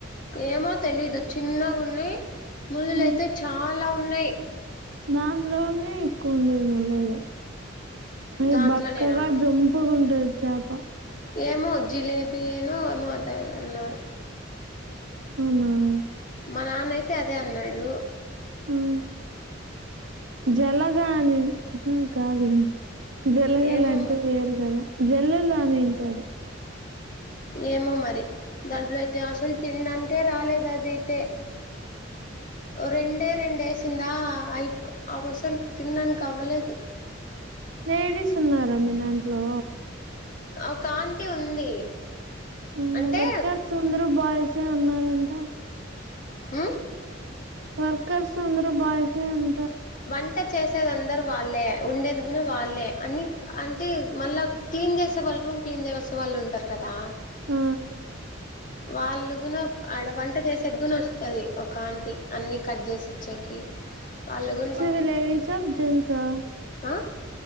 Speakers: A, on the left; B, on the right.
A: ఏమో తెలీదు చిన్నగున్నయ్ ముల్లులైతే
B: మ్మ్.
A: చా అలా ఉన్నాయి
B: దాంట్లోనే ఎక్కువ ఉండేది అది
A: దాంట్లోనేనా
B: బక్కగా జంపుకుంటాది చేప
A: ఏమో జిలేబీనో ఏమో అంటారు అన్నారు
B: ఉమ్మ్
A: మా నాన్న అయితే అదే అన్నాడు
B: ఉమ్మ్ జలగా అని కావే జలగల
A: ఏమో
B: అంటే
A: మరి
B: వేరు కదా జల్లలు అ <unintelligible>
A: ఏమో మరి దాంట్లో అయితే అసలు తినడానికే రాలేదు అది అయితే రెండే టెన్ డేస్ దా అయి అవసలు తిన్నానికి అవ్వలేదు
B: లేడీస్ ఉన్నారా మీ దాంట్లో
A: ఒక ఆంటీ ఉంది
B: ఉమ్
A: అంటే
B: వర్కర్స్ అందరు బాయ్స్ ఏ ఉన్నారు ఉంటా
A: ఊ
B: వర్కర్స్ అందరూ బాయ్సే అన్
A: వంట చేస్ తేది అందరు వాళ్ళే ఉండేది గూను వాళ్ళే అని అంటే మళ్ళా క్లీన్ చేసే వాళ్ళు రూమ్ క్లీన్ చేసే వాళ్ళు ఉంటారు కదా
B: ఆ
A: వాళ్ళు కూడాన ఆడ వంట చేసేదిగున వస్తుది ఒక ఆంటీ అన్ని కట్ చేసి ఇచ్చకి వాళ్ళ గు
B: ది లేడిస్ స జెంట్స్ స
A: ఆ